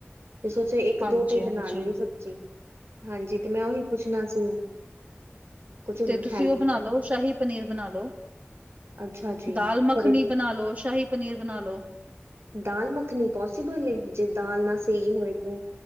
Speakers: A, on the right; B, on the right.
A: ਤੇ ਸੋਚੋ ਇੱਕ
B: ਹਾਂਜੀ-ਹਾਂਜੀ
A: ਦੋ ਤੇ ਬਣਾ ਲਈਏ ਸਬਜ਼ੀ, ਹਾਂਜੀ। ਤੇ ਮੈਂ ਉਹੀ ਪੁੱਛਣਾ ਸੀ ਕੁਛ
B: ਤੇ ਤੁਸੀਂ
A: ਹੈਲਪ
B: ਉਹ ਬਣਾ
A: ਕਰੋ।
B: ਲਓ, ਸ਼ਾਹੀ ਪਨੀਰ ਬਣਾ ਲਓ
A: ਅੱਛਾ ਜੀ
B: ਦਾਲ ਮੱਖਣੀ
A: ਘਰੇ
B: ਬਣਾ ਲੋ, ਸ਼ਾਹੀ ਪਨੀਰ ਬਣਾ ਲੋ?
A: ਦਾਲ ਮੱਖਣੀ ਪੋਸੀਬਲ ਏ? ਜੇ ਦਾਲ ਨਾ ਸਹੀ ਹੋਏ ਤੇ?